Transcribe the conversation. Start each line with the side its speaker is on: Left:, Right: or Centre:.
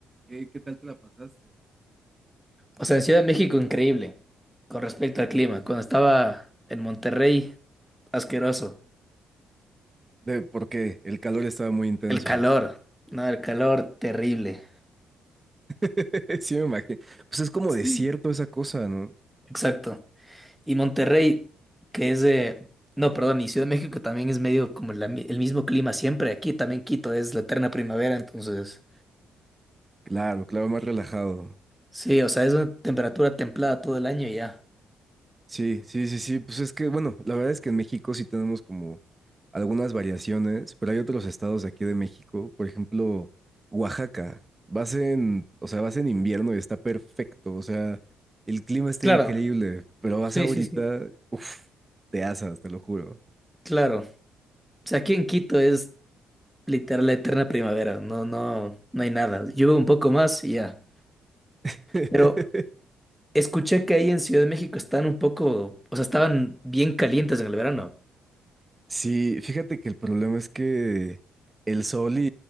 Right: ¿qué, qué tal te la pasaste?
Centre: O sea, en Ciudad de México increíble con respecto al clima. Cuando estaba en Monterrey, asqueroso.
Right: De, porque el calor estaba muy intenso.
Centre: El calor,
Right: ¿no?
Centre: no, el calor terrible.
Right: <laughs> Sí, me imagino. Pues es como
Centre: Sí.
Right: desierto esa cosa, ¿no?
Centre: Exacto. Y Monterrey, que es de... No, perdón, y Ciudad de México también es medio como la mi- el mismo clima siempre. Aquí también Quito es la eterna primavera, entonces...
Right: Claro, claro, más relajado.
Centre: Sí, o sea, es una temperatura templada todo el año y ya.
Right: Sí, sí, sí, sí. Pues es que, bueno, la verdad es que en México sí tenemos como algunas variaciones, pero hay otros estados de aquí de México, por ejemplo, Oaxaca. Vas en, o sea, vas en invierno y está perfecto, o sea, el clima está
Centre: Claro,
Right: increíble, pero vas
Centre: sí,
Right: ahorita,
Centre: sí, sí.
Right: uff, te asas, te lo juro.
Centre: Claro. O sea, aquí en Quito es literal la eterna primavera, no, no, no hay nada. Llueve un poco más y ya.
Right: <laughs>
Centre: Pero escuché que ahí en Ciudad de México están un poco, o sea, estaban bien calientes en el verano.
Right: Sí, fíjate que el problema es que el sol y,